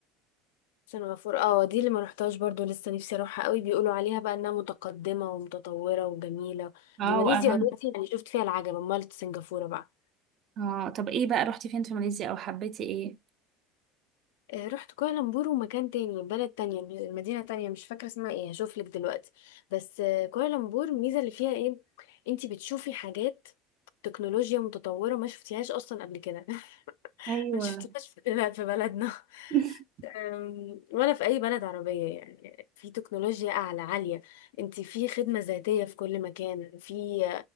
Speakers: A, on the left (about 85°); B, on the right (about 45°).
A: سان غفور اه دي اللي ما رحتهاش برضو لسه نفسي اروحها قوي بيقولوا عليها بقى انها متقدمة ومتطورة وجميلة
B: اه
A: دي ماليزيا
B: واغاني
A: اوريدي يعني شفت فيها العجب امال سنغافورة بقى
B: اه طب ايه بقى رحتي فين في ماليزيا او حبيتي ايه
A: آه، رحت كوالالمبور ومكان تاني بلد تانية مدينة تانية مش فاكرة اسمها ايه هشوف لك دلوقتي بس آه، كوالالمبور الميزة اللي فيها ايه انتي بتشوفي حاجات تكنولوجيا متطورة ما شفتيهاش اصلا قبل كده
B: ايوه
A: ما شفتهاش في لا في بلدنا
B: <laughs>
A: أم، ولا في اي بلد عربيه يعني في تكنولوجيا اعلى عاليه انت في خدمه ذاتيه في كل مكان في